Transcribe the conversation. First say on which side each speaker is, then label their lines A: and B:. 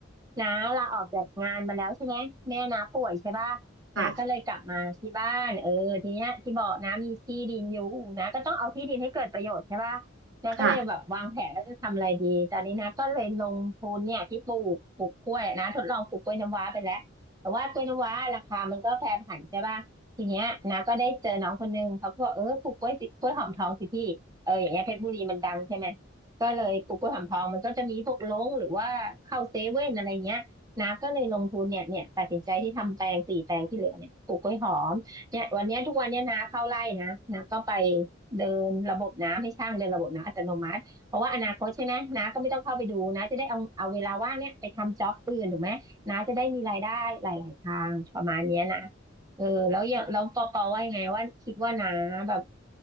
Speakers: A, on the right; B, on the right.
A: น้าลาออกจากงานมาแล้วใช่ไหมแม่น้าป่วยใช่ป่ะน้าก็เลยกลับมาที่บ้านเออทีเนี้ยที่บอกน้ามีที่ดินอยู่นะก็ต้องเอาที่ดินให้เกิดประโยชน์ใช่ป่ะ
B: ค่ะ
A: น้าก็เลยแบบวางแผนว่าจะทำอะไรดีตอนนี้น้าก็เลยลงทุนเนี่ยที่ปลูกปลูกกล้วยนะทดลองปลูกกล้วยน้ำว้าไปแล้ว
B: ค่ะ
A: แต่ว่ากล้วยน้ำว้าราคามันก็แปรผันใช่ป่ะทีเนี้ยนะก็ได้เจอน้องคนนึงเขาก็บอกเออปลูกกล้วยสิกล้วยหอมทองสิพี่เอออย่างเงี้ยเพชรบุรีมันดังใช่ไหมก็เลยปลูกกล้วยหอมทองมันก็จะมีพวกลงหรือว่าเข้าเซเว่นอะไรเงี้ยนะก็เลยลงทุนเนี่ยเนี่ยตัดสินใจที่ทำแปลงสี่แปลงที่เหลือเนี่ยปลูกกล้วยหอมเนี่ยวันเนี้ยทุกวันเนี้ยนาเข้าไร่นะนาก็ไปเดินระบบน้ำให้ช่างเดินระบบน้ำอัตโนมัติเพราะว่าอนาคตใช่ไหมนาก็ไม่ต้องเข้าไปดูนะจะได้เอาเอาเวลาว่างเนี่ยไปทำจ็อบอื่นถูกไหม นะจะได้มีรายได้หลายๆ ทางประมาณเนี้ยนะเออแล้วอย่างแล้วปอปอว่ายังไงว่าคิดว่านาแบบ